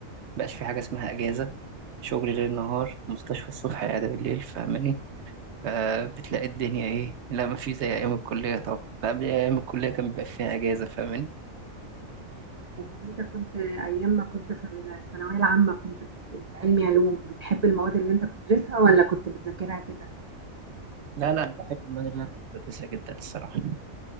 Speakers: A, on the right; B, on the right.
A: مبقاش في حاجة اسمها أجازة شغل ليل نهار مستشفى الصبح عيادة بالليل فاهماني فبتلاقي الدنيا إيه لا ما في زي أيام الكلية طبعا فقبل أيام الكلية كان بيبقى فيها أجازة فاهماني
B: طب وانت كنت ايام ما كنت في الثانوية العامة كنت في علمي علوم بتحب المواد اللي انت بتدرسها ولا كنت بتذاكرها كده
A: لا لا بحب المادة اللي أنا كنت بدرسها جدا الصراحة